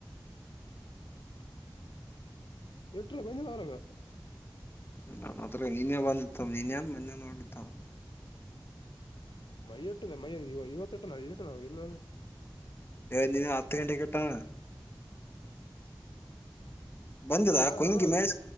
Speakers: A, on the left; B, on the left.
A: ಎಟಲ ಪೈಂದಿನ ಅವರಗ
B: ನ ಮಾತ್ರ ನೀನೇ ಬಂದಿತ್ತವ ನೀನ್ೇನ್ ಮೊನ್ನೆ ನೋಡ್ಡಿತ್ತಾವ
A: ಮೈಟ್ಟದ ಮೈ ಇವತ್ತುೆಟ್ಟ ನಾ ಇಟ ನ ಇ ನಾನ
B: ನೀ ಹತ್ತು ಗಂಟೆಗೆ ಕಟ್ಟಣ ಬಂದದಾ
A: ಯಾವ್ದನ
B: ಕೊಂಗಿ
A: ಅದ್ರಾಗ
B: ಮಳ್ಸ್